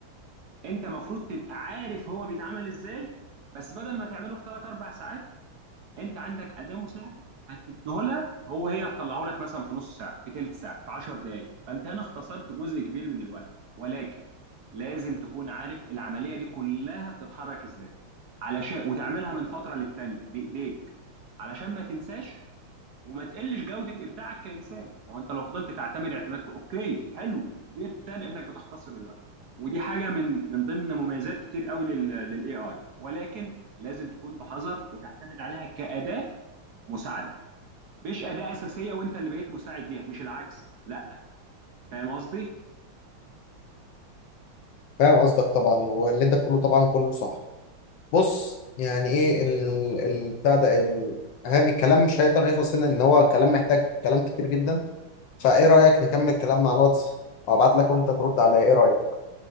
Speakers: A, on the right; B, on the left.
A: انت المفروض تبقى عارف هو بيتعمل ازاي بس بدل ما تعمله في 3 4 ساعات انت عندك اداة مساعدة هتديه لها هو هي هتطلعه لك مثلا في نص ساعة في تلت ساعة في 10 دقائق فانت هنا اختصرت جزء كبير من الوقت ولكن لازم تكون عارف العملية دي كلها بتتحرك ازاي علشان وتعملها من فترة للتانية بايديك علشان ما تنساش وما تقلش جودة إبداعك كإنسان هو أنت لو فضلت تعتمد اعتماد ك- أوكي حلو جدا إنك بتختصر الوقت ودي حاجة من من ضمن مميزات كتير قوي لل للاي اي ولكن لازم تكون بحذر وتعتمد عليها كأداة مساعدة مش أداة أساسية وأنت اللي بقيت مساعد ليها مش العكس لا فاهم قصدي
B: فاهم قصدك طبعا واللي انت بتقوله طبعا كله صح بص يعني ايه ال... ال... بتاع ده ال... أهم الكلام مش هيقدر يخلص هنا ان هو كلام محتاج كلام كتير جدا فايه رايك نكمل كلامنا على الواتس وابعت لك وانت ترد عليا ايه رايك